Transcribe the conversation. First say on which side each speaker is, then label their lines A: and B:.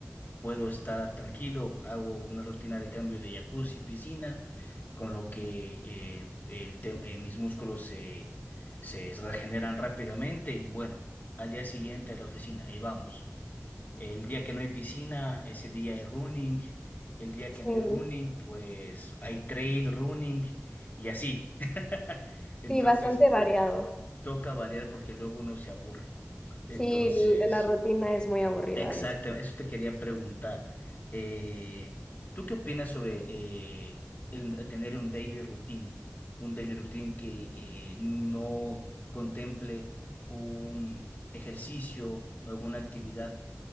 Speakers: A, on the left; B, on the left.
A: puedo estar tranquilo, hago una rutina de cambio de jacuzzi, piscina, con lo que eh, el tem- eh, mis músculos se, se regeneran rápidamente y bueno, al día siguiente a la oficina y vamos. El día que no hay piscina, ese día hay running. El día
B: sí,
A: que no hay running, pues hay trail running y así. <laughs> Entonces,
B: sí, bastante variado.
A: toca variar porque luego uno se aburre. Entonces,
B: Sí, l- la rutina es muy aburrida
A: exactamente,
B: a veces.
A: eso te quería preguntar. Eh, ¿tú qué opinas sobre eh, el, el tener un daily routine? Un daily routine que eh, no contemple un ejercicio o alguna actividad